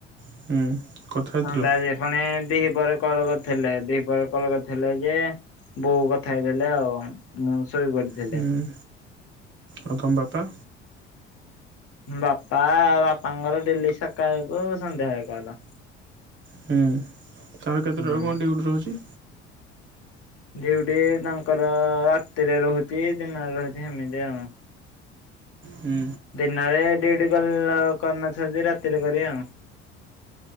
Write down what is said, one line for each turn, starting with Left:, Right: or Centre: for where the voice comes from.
Right: ହୁଁ। କଥା ହେଇଥିଲ
Left: ସନ୍ଧ୍ୟା ଯେ ଫୁଣି ଦିପହରେ କଲ୍ କରିଥିଲେ ଦିପହରେ କଲ୍ କରିଥିଲେ ଯେ ବୋଉ କଥା ହେଇଥିଲେ ଆଉ ମୁଁ ଶୋଇ ପଡିଥିଲି।
Right: ହୁଁ ଆଉ ତମ ବାପା
Left: ଉଁ ବାପା ବାପାଙ୍କର ଡେଲି ସକାଳକୁ ସନ୍ଧ୍ୟାବେଳେ କଲ୍।
Right: ହୁଁ ତମର କେତେଟାରୁ
Left: ହୁଁ
Right: କଣ ଡିଉଟି ରହୁଚି।
Left: ଡିଉଟି ତାଙ୍କର ରାତିରେ ରହୁଚି ଦିନରେ ରହୁଚି ଏମିତି ଆଉ।
Right: ହୁଁ।
Left: ଦିନରେ ଡିଉଟି କଲ କରିନଥିବ ଯଦି ରାତିରେ କରିବେ ଆଉ।